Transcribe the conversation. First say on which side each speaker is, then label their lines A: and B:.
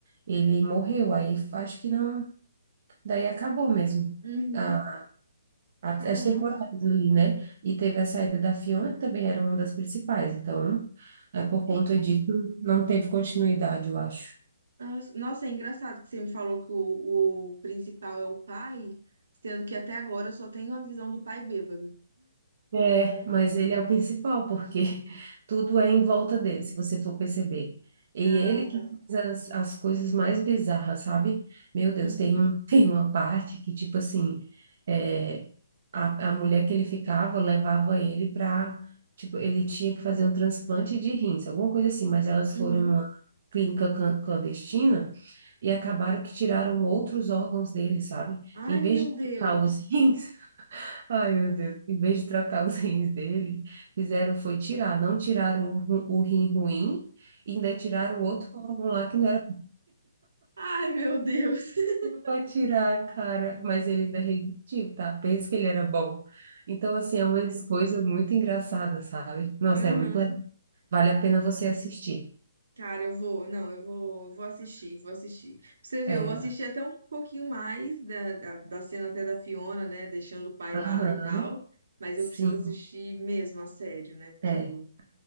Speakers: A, on the right; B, on the right.
A: ele morreu. Aí, acho que não. Daí acabou mesmo.
B: Uhum.
A: a- a-
B: Caramba.
A: As temporadas ali, né? E teve a saída da Fiona, que também era uma das principais. Então, é, por conta
B: E-
A: disso, não teve continuidade, eu acho.
B: nossa, nossa, é engraçado que você me falou que o, o principal é o pai, sendo que até agora eu só tenho a visão do pai bêbado.
A: É, mas ele é o principal, porque <laughs> tudo é em volta dele, se você for perceber. E
B: Ah,
A: ele que
B: tá.
A: faz as, as coisas mais bizarras, sabe? Meu Deus,
B: Uhum.
A: tem um, <laughs> tem uma parte que, tipo assim, é, a, a mulher que ele ficava levava ele pra. Tipo, ele tinha que fazer um transplante de rins, alguma coisa assim, mas elas
B: Uhum.
A: foram numa clínica can- clandestina e acabaram que tiraram outros órgãos dele, sabe?
B: Ai,
A: Em vez
B: meu
A: de
B: Deus.
A: colocar os <laughs> rins. Ai, meu Deus. Em vez de trocar os <laughs> rins dele, fizeram foi tirar. Não tiraram o, ru- o rim ruim, ainda tiraram o outro órgão lá que não era
B: Ai, meu Deus. <laughs>
A: para tirar, cara. Mas ele ainda resistiu, tá? Pensa que ele era bom. Então, assim, é uma coisa muito engraçada, sabe? Nossa,
B: Aham.
A: é muito legal. Vale a pena você assistir.
B: Cara, eu vou, não, eu vou, vou assistir, vou assistir. Pra Você vê,
A: É.
B: eu assisti até um pouquinho mais da, da, da cena até da Fiona, né, deixando o pai
A: Aham,
B: lá e tal, mas
A: sim,
B: eu preciso assistir mesmo a sério, né, porque
A: é.